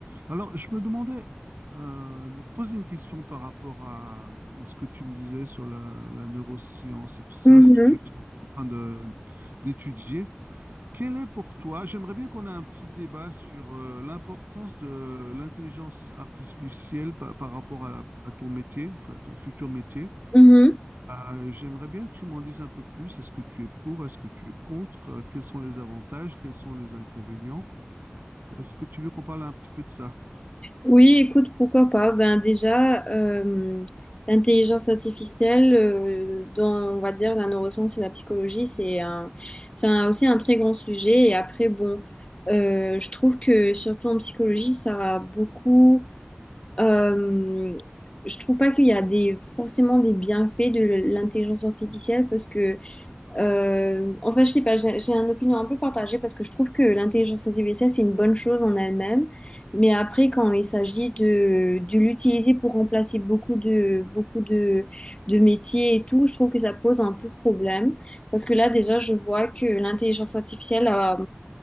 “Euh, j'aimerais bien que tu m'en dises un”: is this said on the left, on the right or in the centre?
Right